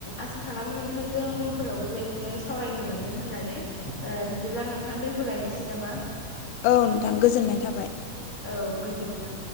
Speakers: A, on the left (about 40°); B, on the left (about 80°).
A: आसा खालामो नोंथांजों उनफोराव बेबायदिनो सावरायनो मोनगोन होननानै। ओ बिदिब्ला नोंथां दोन्थ'लायनोसै नामा?
B: औ नोंथां गोजोननाय थाबाय।
A: औ गोजोन्थों।